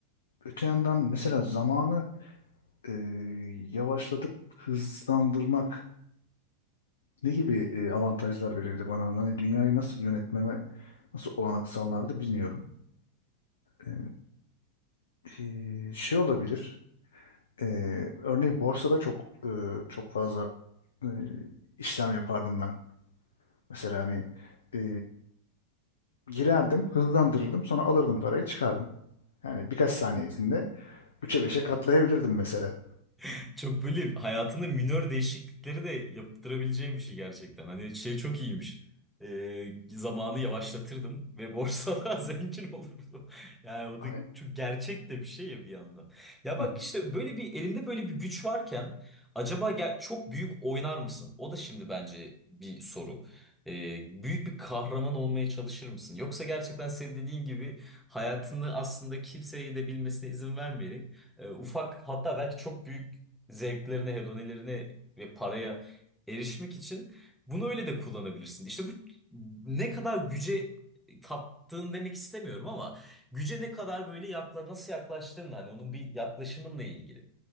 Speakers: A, on the left; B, in the centre.
A: öte yandan mesela zamanı e, yavaşlatıp hızlandırmak ne gibi e, avantajlar verirdi bana? Hani dünyayı nasıl yönetmeme nasıl olanak sağlardı bilmiyorum. E, e, şey olabilir. Ee, örneğin borsada çok e, çok fazla e, işlem yapardım ben. Mesela hani e, girerdim, hızlandırırdım, sonra alırdım parayı, çıkardım. Yani birkaç saniye içinde 3'e 5'e katlayabilirdim mesela.
B: <laughs> Çok böyle hayatında minör değişiklikleri de yaptırabileceğim bir şey gerçekten. Hani şey çok iyiymiş. Ee, zamanı yavaşlatırdım ve borsada <laughs> zengin olurdum. Yani o
A: Hani,
B: da çok gerçek de bir şey ya bir yandan. Ya
A: Hı
B: bak
A: hı.
B: işte böyle bir elinde böyle bir güç varken acaba ger- çok büyük oynar mısın? O da şimdi bence bir soru. Ee, büyük bir kahraman olmaya çalışır mısın? Yoksa gerçekten senin dediğin gibi hayatını aslında kimseyi de bilmesine izin vermeyerek e, ufak hatta belki çok büyük zevklerine, hedonilerine ve paraya erişmek için bunu öyle de kullanabilirsin. İşte bu ne kadar güce taptığın demek istemiyorum ama güce ne kadar böyle yakla, nasıl yaklaştığın hani onun bir yaklaşımınla ilgili.